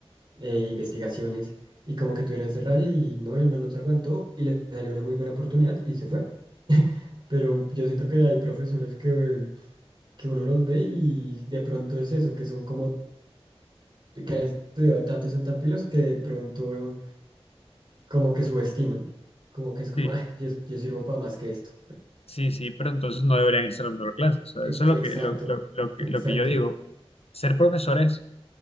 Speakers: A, on the right; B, on the left.
A: eh, investigaciones, y como que tuvieron ese rayo y no, el man no se aguantó y le salió una muy buena oportunidad y se fue. <laughs> Pero yo siento que hay profesores que, que uno los ve y de pronto es eso, que son como, que han estudiado tanto y son tan pilos que de pronto como que subestiman, como que es como,
B: Sí.
A: "Ay, yo, yo sirvo para más que esto.
B: Sí, sí, pero entonces no deberían estar dando clases. O sea,
A: Ex-
B: eso es lo
A: Exacto,
B: que, lo, lo- lo que,
A: exacto,
B: lo que yo digo. Ser profesores